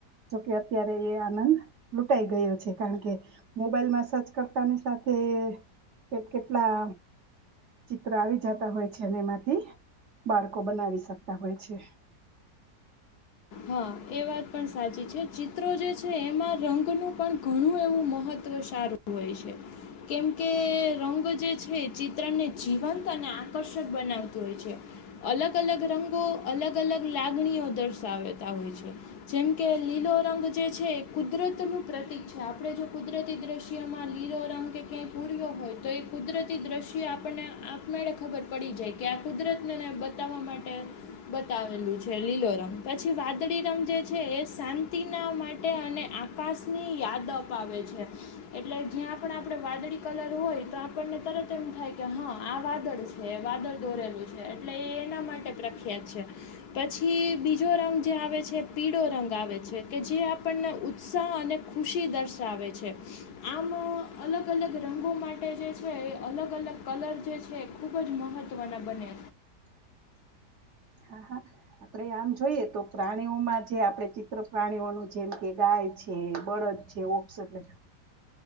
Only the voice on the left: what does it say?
હા એ વાત પણ સાચી છે ચિત્રો જે છે એમાં રંગનું પણ ઘણું એવું મહત્ત્વ સારું હોય છે, કેમકે રંગ જ જે છે ચિત્રણને જીવંત અને આકર્ષક બનાવતું હોય છે, અલગ અલગ રંગો અલગ અલગ લાગણીઓ દર્શાવે હોય, જેમ કે લીલો રંગ જે છે એ કુદરતનું પ્રતિક છે આપણે જો કુદરતી દ્રશ્યમાં લીલો રંગ કે ક્યાંય પૂર્યો હોય તો એ કુદરતી દ્રશ્ય આપણને આપને ખબર પડી જાય કે આ કુદરતને બતાવવા માટે, બતાવેલું છે લીલો રમ, પછી પછી વાદળી રંગ જે છે એ શાંતિના માટે અને આકાશની યાદ અપાવે છે. એટલે જ્યાં પણ આપડ વાદળી કલર હોય તો આપણને તરત એમ થાય કે હા આ વાદળ વાદળ દોરેલું છે એટલે એ એના માટે પ્રખ્યાત છે, પછી બીજો રંગ જે આવે છે પીળો રંગ આવે છે કે જે આપણને ઉત્સાહ અને ખુશી દર્શાવે છે. આમ અલગ અલગ રંગો માટે જે છે અલગ અલગ કલર જે છે ખુબ જ ખૂબ જ મહત્ત્વના બને.